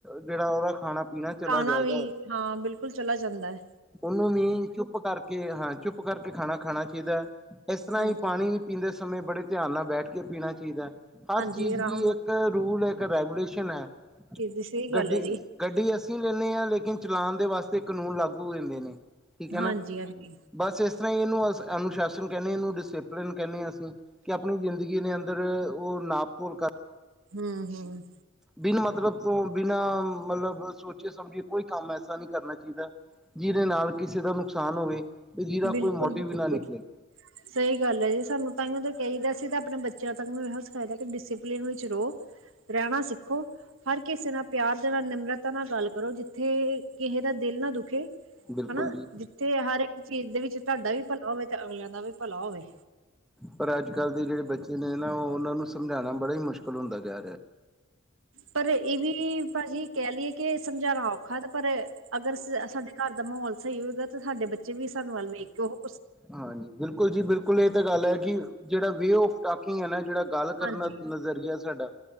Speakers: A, in the centre; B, on the right.
A: ਜਿਹੜਾ ਉਹਦਾ ਖਾਣਾ ਪੀਣਾ ਚਲਾ
B: ਖਾਨਾ
A: ਜਾਏਗਾ
B: ਵੀ ਹਾਂ ਬਿਲਕੁਲ ਚਲਾ ਜਾਂਦਾ ਐ
A: ਉਹਨੂੰ ਵੀ ਚੁੱਪ ਕਰਕੇ ਹਾਂ ਚੁੱਪ ਕਰਕੇ ਖਾਨਾ ਖਾਨਾ ਚਾਹੀਦਾ ਐ, ਇਸ ਤਰ੍ਹਾਂ
B: ਹਾਂਜੀ
A: ਹੀ ਪਾਨੀ ਪੀਂਦੇ ਸਮੇਂ ਬੜੇ ਧਿਆਨ ਨਾਲ ਬੈਠ ਕੇ ਪੀਨਾ ਚਾਹੀਦਾ ਹਰ
B: ਹਾਂਜੀ
A: ਚੀਜ਼
B: ਆਰਾਮ
A: ਲਈ
B: ਨਾਲ
A: ਇੱਕ ਰੂਲ ਇੱਕ ਰੈਗੂਲੇਸ਼ਨ ਹੈ,
B: ਜੀ, ਸਹੀ ਗੱਲ
A: ਗੱਡੀ
B: ਹੈ ਜੀ
A: ਗੱਡੀ ਅਸੀਂ ਲੈਂਨੇ ਆ ਲੇਕਿਨ ਚਲਾਨ ਦੇ ਵਾਸਤੇ ਕਾਨੂੰਨ ਲਾਗੂ ਹੋ ਜਾਂਦੇ ਨੇ ਠੀਕ ਐ
B: ਹਾਂਜੀ
A: ਨਾ
B: ਹਾਂਜੀ
A: ਬਸ ਇਸ ਤਰਾ ਹੀ ਇਹਨੂੰ ਅਸ ਅਨੁਸ਼ਾਸਨ ਕਹਿੰਨੇ ਇਹਨੂੰ ਡਿਸਿਪਲਿਨ ਕਹਿੰਨੇ ਆ ਅਸੀਂ ਕੇ ਆਪਨੀ ਜ਼ਿੰਦਗੀ ਦੇ ਅੰਦਰ ਉਹ ਨਾਪਤੋਲ ਕਰ
B: ਹੰ ਹੰ
A: ਬਿਨ ਮਤਲਬ ਤੋਂ ਬਿਨਾਂ ਮਤਲਬ ਸੋਚੇ ਸਮਝੇ ਕੋਈ ਕੰਮ ਐਸਾ ਨਹੀਂ ਕਰਨਾ ਚਾਹੀਦਾ ਜਿਹਦੇ ਨਾਲ ਕਿਸੇ ਦਾ ਨੁਕਸਾਨ ਹੋਵੇ ਤੇ ਜਿਹਦਾ
B: ਬਿਲਕੁਲ
A: ਕੋਈ ਮੋਟੀਵ
B: ਬਿਲਕੁਲ
A: ਵੀ ਨਾ ਨਿਕਲੇ
B: ਸਹੀ ਗੱਲ ਐ ਜੀ ਸਾਨੂੰ ਤਾਹੀੳ ਤਾਂ ਕਹੀ ਦਾ ਅਸੀ ਤਾਂ ਆਪਣੇ ਬੱਚਿਆਂ ਤੱਕ ਨੂੰ ਇਹੋ ਸਿਖਾਆ ਦਾ ਕੀ ਡਿਸਪਲਿਨ ਵਿੱਚ ਰਹੋ ਰਹਿਣਾ ਸਿੱਖੋ ਹਰ ਕਿਸੇ ਨਾਲ ਪਿਆਰ ਦੇ ਨਾਲ ਨਿਮਰਤਾ ਨਾਲ ਗੱਲ ਕਰੋ ਜਿੱਥੇ ਏਹ ਕਿਸੇ ਦਾ ਦਿਲ ਨਾ ਦੁਖੇ
A: ਬਿਲਕੁਲ
B: ਹੈਨਾ
A: ਜੀ
B: ਜਿੱਥੇ ਹਰ ਇੱਕ ਚੀਜ਼ ਦੇ ਵਿੱਚ ਤੁਹਾਡਾ ਵੀ ਭਲਾ ਹੋਵੇ, ਤੇ ਅਗਲਿਆਂ ਦਾ ਵੀ ਭਲਾ ਹੋਵੇ
A: ਪਰ ਅੱਜ ਕਲ੍ਹ ਦੇ ਜਿਹੜੇ ਬੱਚੇ ਨੇ ਨਾ ਉਹ ਉਹਨਾਂ ਨੂੰ ਸਮਝਾਉਣਾ ਬੜਾ ਹੀ ਮੁਸ਼ਕਿਲ ਹੁੰਦਾ ਜਾ ਰਿਹਾ
B: ਪਰ ਇਹ ਵੀ ਭਾਜੀ ਕਹਿ ਲਈਏ ਕਿ ਸਮਝਾਣਾ ਔਖਾ ਤੇ ਪਰ ਅਗਰ ਸਾਡੇ ਘਰ ਦਾ ਮਾਹੌਲ ਸਹੀ ਹੋਏਗਾ ਤੇ ਸਾਡੇ ਬੱਚੇ ਵੀ ਸਾਨੂੰ ਵੱਲ ਵੇਖ ਕੇ ਉਹੋ
A: ਹਾਂਜੀ, ਬਿਲਕੁਲ ਜੀ ਬਿਲਕੁਲ ਇਹ ਤਾਂ ਗੱਲ ਐ ਕਿ ਜਿਹੜਾ ਵੇਅ ਆਫ ਟੋਕਿੰਗ ਹੈ ਨਾ ਜਿਹੜਾ ਗੱਲ ਕਰਨ
B: ਹਾਂਜੀ
A: ਦਾ ਨਜ਼ਰੀਆ ਸਾਡਾ